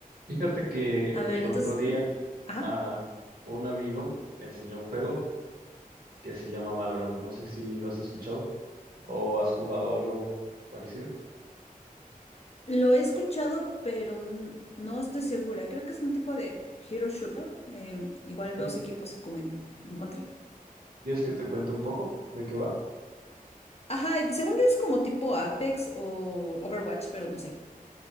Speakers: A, on the right; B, on the left.
A: Fíjate que
B: A ver,
A: el otro
B: entonces,
A: día
B: mm, ajá,
A: a un amigo me enseñó un juego que se llama Valorant. No sé si lo has escuchado o has jugado algo parecido.
B: lo he escuchado, pero n- no estoy segura. Creo que es un tipo de hero shooter. em, igual
A: Sí.
B: dos equipos es como en, en contra.
A: ¿Quieres que te cuente un poco de qué va?
B: Ajá, y según yo es como tipo Apex o Overwatch, pero no sé.